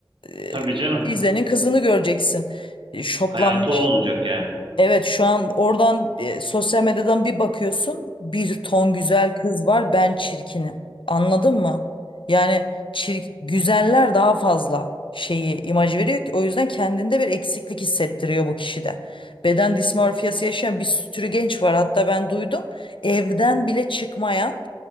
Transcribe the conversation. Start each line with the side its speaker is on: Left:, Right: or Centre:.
Left: e,
Right: Tabii canım.
Left: teyzenin kızını göreceksin. E, Şoplanmış.
Right: Hayatı o olacak yani.
Left: Evet şu an oradan e, sosyal medyadan bir bakıyorsun bir ton güzel kız var ben çirkinim. Anladın mı? Yani çirk, güzeller daha fazla şeyi imaj veriyor ki o yüzden kendinde bir eksiklik hissettiriyor bu kişide. Beden dismorfiyası yaşayan bir sürü genç var hatta ben duydum. Evden bile çıkmayan